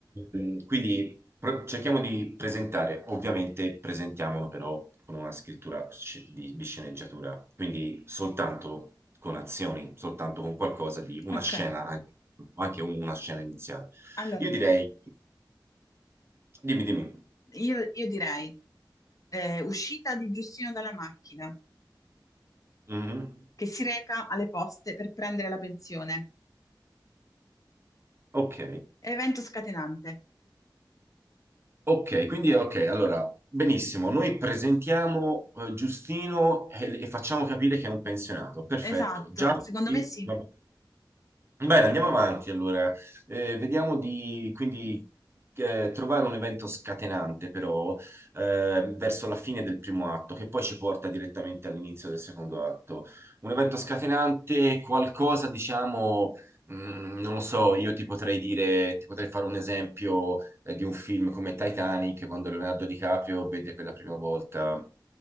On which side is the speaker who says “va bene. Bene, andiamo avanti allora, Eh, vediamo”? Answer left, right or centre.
Right